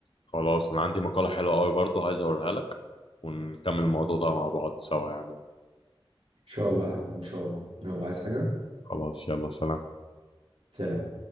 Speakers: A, on the left; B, on the right.
A: خلاص انا عندي مقالة حلوة قوي برضو عايز اوريها لك ونكمل الموضوع ده مع بعض سوا يعني
B: ان شاء الله يا حبيبي ان شاء الله يلا عايز حاجة
A: خلاص يلا سلام
B: سلام